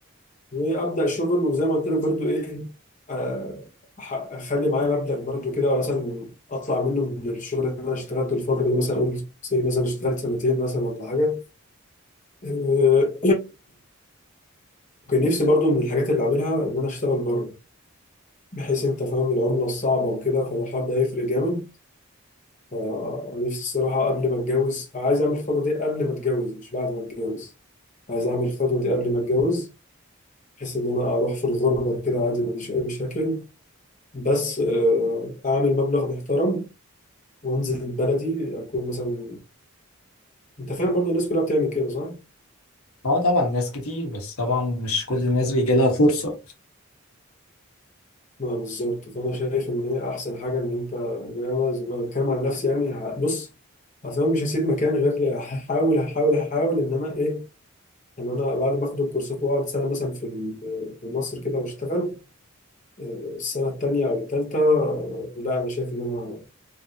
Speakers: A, on the left (about 35°); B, on the left (about 80°).
A: وابدا شغل وزي ما قلت لك برضو ايه آه، أح- اخلي معايا مبلغ برضو كده مثلا اطلع منه من الشغل اللي انا اشتغلته الفتره دي مثلا اقول زي مثلا اشتغلت سنتين مثلا ولا حاجه آه، <clears throat> كان نفسي برضو من الحاجات اللي اعملها ان انا اشتغل بره بحيث انت فاهم العمله الصعبه وكده فالحوار ده هيفرق جامد فنفسي الصراحه قبل ما اتجوز عايز اعمل الخطوه دي قبل ما اتجوز مش بعد ما اتجوز عايز اعمل الخطوه دي قبل ما اتجوز بحيث ان انا اروح في الغربه كده عادي ما عنديش اي مشاكل بس آه، اعمل مبلغ محترم وانزل بلدي اكون مثلا انت فاهم برضو الناس كلها بتعمل كده صح؟
B: اه طبعا ناس كتير بس طبعا مش كل الناس بيجي لها الفرصة
A: اه بالظبط فانا شايف ان هي احسن حاجه ان انت إن انا زي ما بتكلم عن نفسي يعني ه- بص اصلا مش هسيب مكان غير لي- هحاول هحاول هحاول ان انا ايه ان انا بعد ما اخد الكورسات واقعد سنه مثلا في ال- في مصر كده واشتغل آه، السنه التانيه او التالته آه، لا انا شايف ان انا